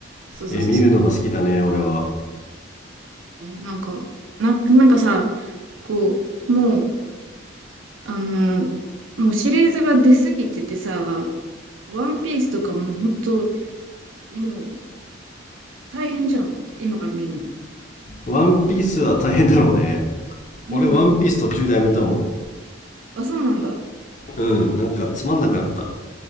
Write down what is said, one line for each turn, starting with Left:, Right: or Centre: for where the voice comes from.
Right: そうそうそうそう。
Left: えー見るのが好きだね俺は
Right: えなんか、な、なんかさ、こう、もう、あのーもうシリーズが出すぎててさ、ワンピースとかもうほんと、もう大変じゃん、こ今から見るの。
Left: ワンピースは大変だろうね
Right: うん。
Left: 俺ワンピース途中でやめたも
Right: あ、そうなんだ。
Left: んうんなんかつまんなくなった